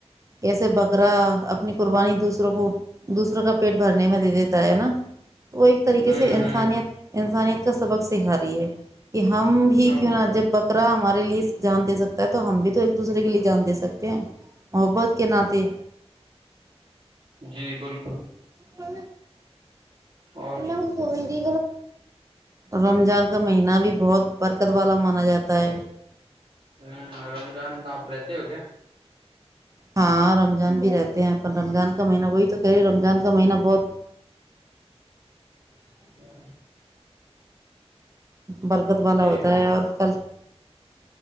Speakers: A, on the right; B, on the right.
A: کیسے بکرا اپنی قربانی دوسری وہ دوسروں کا پیٹ بھرنے میں دے دیتا ہے نا تو وہ ایک طریقے
B: ہ
A: سے انسانیت
B: ہ
A: انسانیت کا سبق سکھا رہی ہے کہ ہم بھی
B: ہاں
A: کیوں
B: وہ
A: نہا
B: تو
A: جب پکرا ہمارا ریلیز جان د سکتا ہے تو ہم بھی تو ایک دوسرے کے لیے جانے سکتے محبت کے ناطے
B: جی بالکل
A: تو
B: اور
A: الل ا ہو گئی رمضان کا مہینہ بھی بہت برکت والا مانا جاتا ہے
B: ہوں رمضان تو آپ رہتے ہو کیا
A: ہاں رمضان بھی رہتے ہیں اپن رمضان کا مہینہ وہی تو کہہ رہی رمضان کا مہینہ بہت
B: ا
A: برکت والا
B: جی
A: ہوتا
B: ہاں
A: ہے اور کل